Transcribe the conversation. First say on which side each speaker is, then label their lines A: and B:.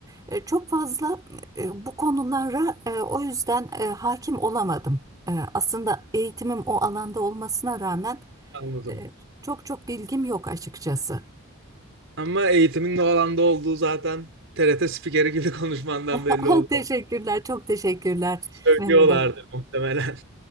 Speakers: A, on the right; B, on the right.
A: E, Çok fazla e, bu konulara e, o yüzden e, hakim olamadım. E, Aslında eğitimim o alanda olmasına rağmen
B: anladım.
A: e, çok çok bilgim yok açıkçası.
B: Ama eğitimin ne alanda olduğu zaten TRT spikeri gibi <laughs> konuşmandan
A: <laughs>
B: belli oluyor.
A: Teşekkürler, çok teşekkürler
B: Söylüyorlardır
A: Mehmet Ali.
B: muhtemelen.